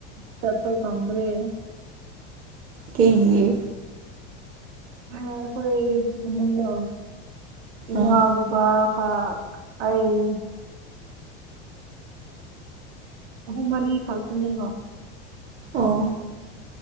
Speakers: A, on the right; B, on the right.
A: ꯆꯊ ꯀꯗ꯭ꯔꯔꯤ
B: ꯀ <inaudible>
A: ꯑꯩꯈꯣꯏ ꯏꯃꯨꯡꯗ ꯏꯃꯥ
B: ꯑꯥ
A: ꯕꯕꯥ ꯍꯥꯎ ꯑꯩ ꯎ ꯃꯔꯤꯔꯤ ꯈꯇꯅꯦ ꯋꯥ
B: ꯑꯣ